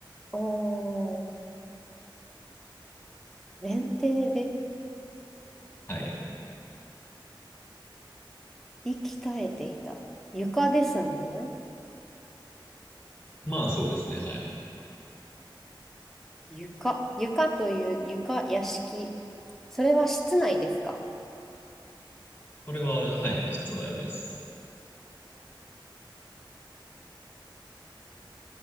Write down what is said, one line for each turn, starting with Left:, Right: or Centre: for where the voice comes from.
Centre: おー、連帝で
Left: はい。
Centre: 息絶えていた。床ですもんね。
Left: まあ、そうですね。はい。
Centre: 床。床という床、屋敷。それは室内ですか
Left: これは、はい、室内です。